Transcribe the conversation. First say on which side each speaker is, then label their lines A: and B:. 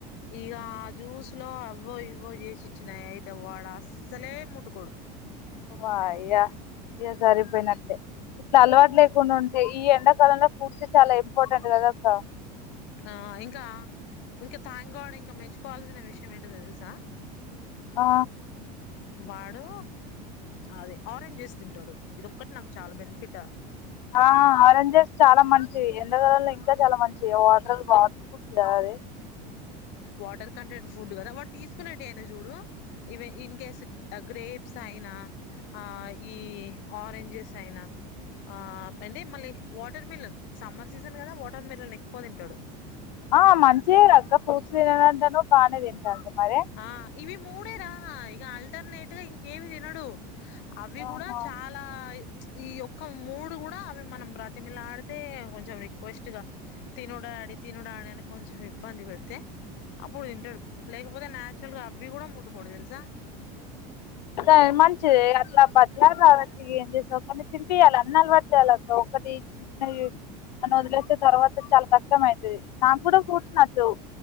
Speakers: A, on the left (about 60°); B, on the left (about 90°).
A: ఇక ఆ జ్యూస్ లో అవ్వో ఇవ్వో చేసిచ్చినాయియి వాడ అసలే ముట్కుడు
B: వఆయా సరిపోయినట్టే ఇట్లా అలవాటు లేకుండా ఉంటే ఈ ఎండాకాలంలో ఫ్రూట్ చాలా ఇంపార్టెంట్ కాదక్కా
A: ఆ ఇంకా ఇంకా థ్యాంక్ గాడ్ ఇంకా మెచ్చుకోవాల్సిన విషయం ఏంటో తెలుసా
B: ఆ
A: వాడు అది ఆరెంజ్ తింటాడు ఇది ఒక్కటి నాకు చాలా బెనిఫిటా
B: ఆ ఆరెంజెస్ చాలా మంచివి ఎండ ఇంకా చాలా మంచి వాటర్ వాటర్ప్రూఫ్స్ అది
A: వాటర్ కంటెంట్ ఫుడ్ కదా వాడు తీసుకునేట్టటు అయినా చూడు ఈవెన్ ఇన్ కేస్ గ్రేప్స్ అయినా ఆ ఈ ఆరెంజెస్ అయినా ఆ ఏంటి మళీ వాటర్ మిలన్ సమ్మర్ సీజన్ కదా వాటర్ మిలన్ ఎక్కువ తింటాడు
B: ఆ మంచి ఫ్రూట్స్ తినడు అంటన్నావ్ బానే తింట్ అంత మరి
A: ఆ ఇవి మూడే రా ఇక ఆల్టర్నేట్ గా ఇంకేమి తినడు అవి
B: ఆహా
A: కూడా చాలా ఈ ఒయక్క మూడు కూడా అవి మనం ప్రతిమిళ ఆడితే కొంచెం రిక్వెస్ట్ గా తినుడాడి తినుడాడి అని కొంచెం ఇబ్బంది పెడితే అప్పుడు తింటాడు లేక పోదా న్యాచురల్గా అవ్వి కూడా ముటుకోడుతేలా
B: కానీ మంచిది అట్లా బజలాలు రావచ్చ ఇ ఏం చేసావు కానీ తింపయాలి అన్ని అలవాటు చేయాల ఒకటి చిన్న చిన్నవి అని వదిలేసే తర్వాత చాలా కష్టం అవుతుంది నాకు కూడా ఫ్రూట్స్ నచ్చవు